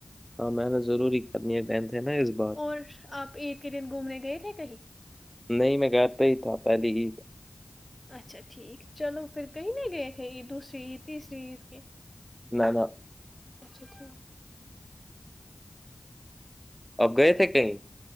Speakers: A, in the centre; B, on the left.
A: ہاں محنت ضرور ہی کرنی ہے ٹینتھ ہے نہ اس بار
B: اور آپ عید کے دن گھومنے گئے تھے کہیں
A: نہیں میں گھر پے ہی تھا پہلی عید
B: اچھا ٹھیک چلو پھر کہیں نہی گئے تھے عید دوسری عید تیسری عید کے
A: نہ نہ
B: اچھا ٹھیک ہے
A: اب گئے تھے کہیں